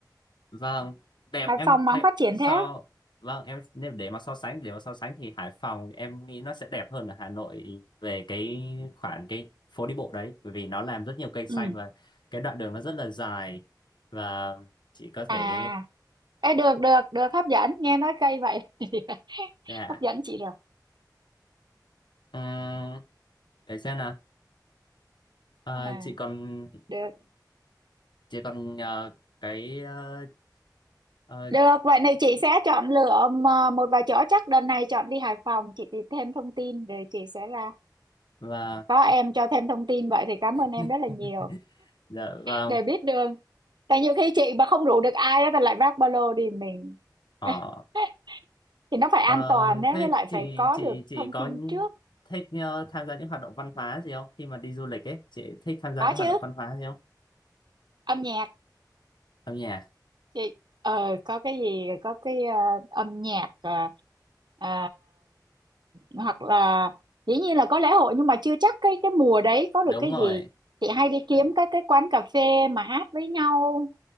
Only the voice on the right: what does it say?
Hải
Phòng
mà không phát triển
thế á?
ừ
à Ê, được được được hấp dẫn nghe nói cây vậy <laughs>
hấp dẫn chị rồi
à
được
được vậy này chị sẽ chọn lựa mà một vài chỗ chắc đợt này chọn đi Hải Phòng chị tìm thêm thông tin rồi chị sẽ là
có em cho thêm thông tin vậy thì cảm ơn em
rất là nhiều
để biết đường tại nhiều khi chị mà không rủ được ai á thì lại vác ba lô đi mình <laughs>
thì nó phải
an toàn á
với lại
phải có
được
thông
tin trước
có
chứ
âm nhạc
Chị, ờ, có cái gì có cái ờ, âm nhạc ờ, à, hoặc là dĩ nhiên là có lễ hội nhưng mà chưa chắc cái cái mùa đấy có
được cái
gì chị hay đi kiếm
các cái quán cà phê mà hát với nhau